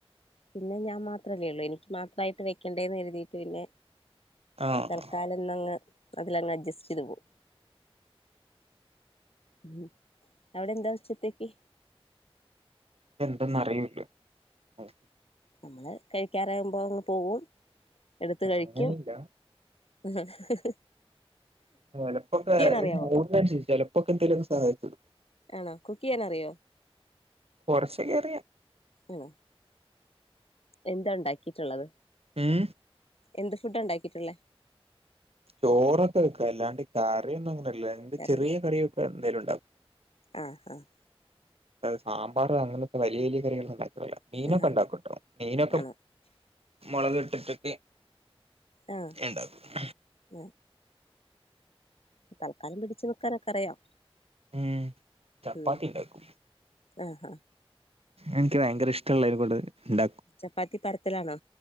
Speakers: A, on the left (about 70°); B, on the right (about 75°).
A: പിന്നെ ഞാൻ മാത്രല്ലേ ഇള്ളേ എനിക്ക് മാത്രായിട്ട് വെക്കണ്ടേന്ന് എഴുതിയിട്ട് പിന്നെ
B: ആഹ്
A: തൽക്കാലന്നങ്ങ് അതിലങ്ങ് അഡ്ജസ്റ്റ് ചെയ്ത് പോവും ഉം അവടെ എന്താ ഉച്ചത്തേക്ക്?
B: എന്തെന്ന് അറിയൂല്ല ഉം
A: നമ്മള് കഴിക്കാറകുമ്പോ അങ്ങ് പോകും എടുത്ത് കഴിക്കും.
B: അങ്ങനില്ല
A: ആഹ ഹ ഹ
B: ചെലപ്പൊക്കെ <unintelligible>
A: അറിയാവോ
B: ചെലപ്പൊക്കെ എന്തേലും ഒന്ന് സഹായിച്ചിടും.
A: ആണോ കുക്ക് ചെയ്യാൻ അറിയോ?
B: കൊറച്ചൊക്കെ അറിയ
A: ഉം എന്താ ഉണ്ടാക്കിയിട്ടുള്ളത്
B: ഉം
A: എന്ത് ഫുഡ് ഉണ്ടാക്കിയിട്ടുള്ളേ
B: ചോറൊക്കെ വെക്കാ അല്ലാണ്ട് കറിയൊന്നും അങ്ങനെല്ല എന്ത്
A: കറി
B: ചെറിയ കറിയൊക്കെ എന്തായാലും ഉണ്ടാക്കോ
A: ആഹ് ആഹ്
B: സാമ്പാർ അങ്ങനത്തെ വലിയ വലിയ കറികൾ ഉണ്ടാക്കല്ല മീനൊക്കെ
A: ആഹ്
B: ഉണ്ടാക്കുംട്ടോ മീനൊക്കെ
A: ആണോ
B: മുളക് ഇട്ടിട്ടൊക്കെ
A: ആഹ്
B: ഉണ്ടാക്കും
A: ആഹ് ഇപ്പ തൽക്കാലം പിടിച്ച് നൽക്കാനൊക്കെ അറിയാം
B: ഉം ചപ്പാത്തി
A: ഉം
B: ഉണ്ടാക്കും
A: ആഹ് ആഹ്
B: എനിക്ക് ഭയങ്കര ഇഷ്ടള്ള അതിനകൊണ്ട് ഉണ്ട
A: ചപ്പാത്തി പരത്തലാണോ